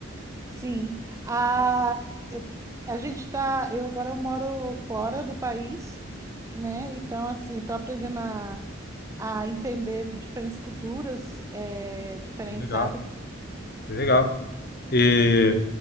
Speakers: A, on the right (about 15°); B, on the left (about 50°).
A: Sim. Ah, eu- a gente tá. Eu agora eu moro fora do país, né? Então, assim, estou aprendendo a, a entender diferentes culturas, eh, diferentes
B: Legal,
A: hábitos.
B: legal. E